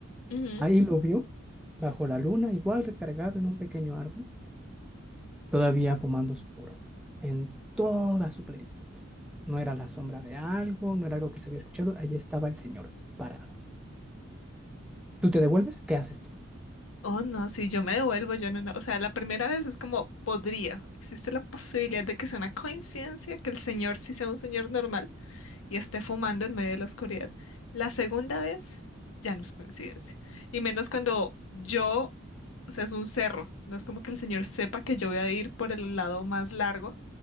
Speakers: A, on the left; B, in the centre.
A: Ujú.
B: Ahí lo vio, bajo la luna, igual recargado en un pequeño árbol, todavía fumando su puro, en toda su plenitud. No era la sombra de algo, no era algo que se había escuchado, ahí estaba el señor, parado. ¿Tú te devuelves? ¿Qué haces tú?
A: Oh, no, si yo me devuelvo, yo no, no. O sea, la primera vez es como podría. Existe la posibilidad de que sea una coincidencia, que el señor sí sea un señor normal y esté fumando en medio de la oscuridad. La segunda vez ya no es coincidencia. Y menos cuando yo o sea, es un cerro. No es como que el Señor sepa que yo voy a ir por el lado más largo. O